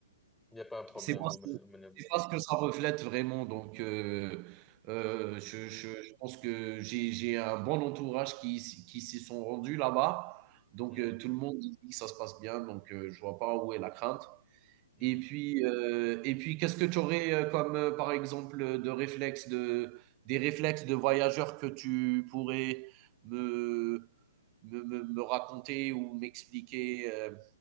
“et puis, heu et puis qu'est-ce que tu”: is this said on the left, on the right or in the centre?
Right